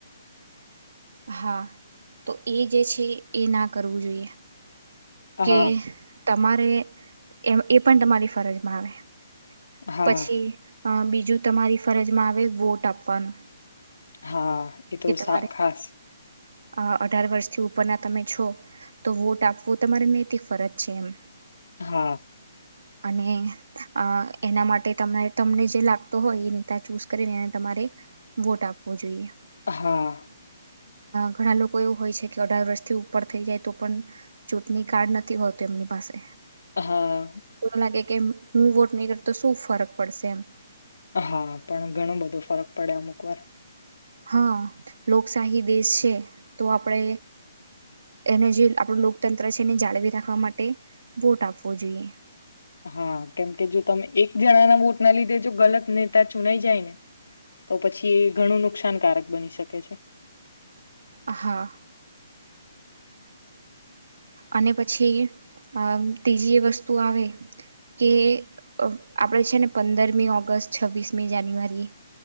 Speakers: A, on the right (about 70°); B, on the left (about 85°).
A: હા તો એ જે છે એ ના કરવું જોઈએ
B: હા,
A: કે તમારા એ પણ તમારી ફરજમાં આવે
B: હા,
A: પછી હા બીજું જો તમારી ફરજમાં આવે વોટ આપવાનું
B: હા એ તો
A: કે તમારે
B: સા ખાસ
A: અ અઢાર વર્ષથી ઉપરના તમે છો તો વોટ આપવો તમારે નૈતિક ફરજ છે એમ
B: હા
A: અને અ એના માટે તમે તમને જે લાગતો હોય એ નેતા ચૂઝ કરીને એને તમારે વોટ આપવો જોઈએ
B: હા
A: ઘણા લોકો એવું હોય છે કે અઢાર વર્ષથી ઉપર થઈ જાય તો પણ ચૂંટણી કાર્ડ નથી હોતું એમની પાસે
B: હા
A: લાગે કે હું વોટ નહીં કર તો શું ફરક પડશે એમ
B: હા પણ ઘણું બધો ફરક પડે અમુક વાર
A: હા લોકશાહી દેશ છે તો આપણે એને જે આપણું લોકતંત્ર છે એને જાળવી રાખવા માટે વોટ આપવો જોઈએ
B: હા કેમકે જો તમે એક જણાના વોટ ના લીધે જો ગલત નેતા ચુનાઈ જાય ને તો પછી એ ઘણું નુકસાનકારક બની શકે છે
A: હા અને પછી અ ત્રીજી એ વસ્તુ આવે કે આપણે છે ને પંદરમી ઓગસ્ટ છવ્વીસમી જાન્યુઆરી